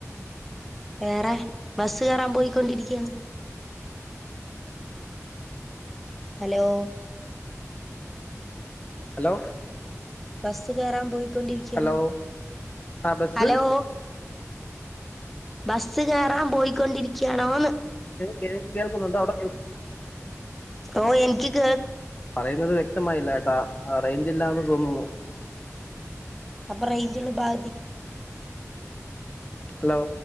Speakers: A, in the centre; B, on the left.
A: വേറെ ബസ് കയറാൻ പോയിക്കൊണ്ടിരിക്കയാണ് ഹലോ
B: ഹലോ
A: ബസ് കേയറാൻ പോയി ക്കൊണ്ടിരിക്കാണ്
B: ഹലോ ആ ബസ്
A: ഹലോ ബസ്സ് കയറാൻ പോയിക്കൊണ്ടിരിക്കയാണോന്ന്
B: കേ കേൾക്കുന്നുണ്ട് അവിടെ കേൾ
A: ഓ എനിക്ക് കേ
B: പറയുന്നത് വ്യക്തമായില്ല ഏട്ടാ റൈഞ്ചില്ലാന്ന് തോന്നുന്നു
A: അപ്പ റയ്ഞ്ചുള്ള ഭാഗത്തി
B: ഹലോ